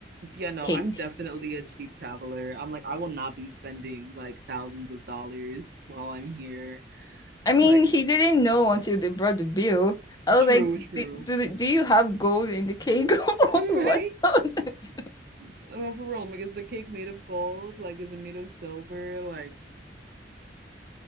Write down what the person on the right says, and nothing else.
yeah, no,
I'm definitely a cheap traveler. I'm like, I will not be spending like thousands of dollars while I'm here.
Like,
True,
true.
<laughs> Right?
Well, for real, I'm like, is the cake made of gold? Like, is it made of silver? Like,